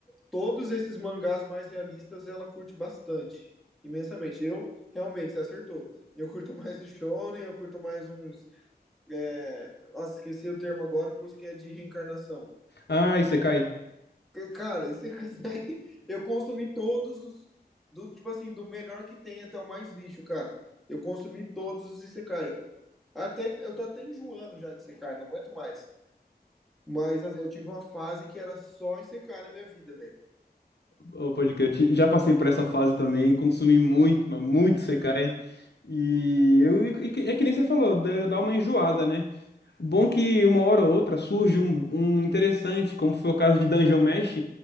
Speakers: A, in the centre; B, on the left.
A: Todos esses mangás mais realistas ela curte bastante, imensamente. Eu, realmente, você acertou. Eu curto mais o Shonen, eu curto mais uns. É... Nossa, esqueci o termo agora, por isso que é de reencarnação.
B: Ah, Isekai.
A: Que, Cara, e você <laughs> consegue. Eu consumi todos os. Do, tipo assim, do melhor que tem até o mais lixo, cara. Eu consumi todos os Isekai. Até, eu tô até enjoando já de Isekai, não aguento mais. Mas assim, eu tive uma fase que era só ICK na minha vida, velho.
B: Ô, Pode crer. Ti- Já passei por essa fase também, consumi muito, mas muito Sekai. E eu, e que- é que nem você falou, dá dá uma enjoada, né? Bom que uma hora ou outra surge um, um interessante, como foi o caso de Dungeon Mesh,